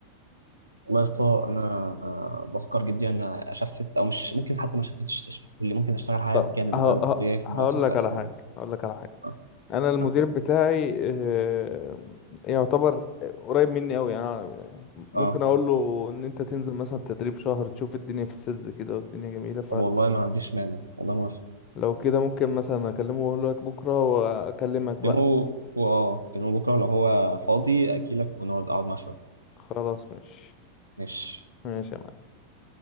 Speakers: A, on the right (about 80°); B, on the left (about 35°).
A: والله يا اسطى انا آه، بفكر جدا انا اشفت او مش ممكن حتى ما شفتش تشفيت واللي ممكن اشتغل حاجه
B: طب
A: بجانب
B: ه...
A: العلاج الطبيعي
B: ه...
A: فانا
B: هقول
A: اصلا كنت
B: لك
A: عايز
B: على
A: اكلمك
B: حاجة هقول لك على حاجة
A: اه
B: انا المدير
A: اه
B: بتاعي آه، يعتبر قريب مني قوي يعني ممكن
A: اه
B: اقول له ان انت تنزل مثلا تدريب شهر تشوف الدنيا في السيلز كده والدنيا جميلة
A: طب والله ما عنديش مانع والله موافق
B: فلو كده ممكن مثلا اكلمه واقول لك بكرة واكلمك بقى
A: كلمه واه كلمه بكره لو هو فاضي اجي لك ونقعد اقعد معاه شويه
B: خلاص ماشي
A: ماشي
B: ماشي يا معلم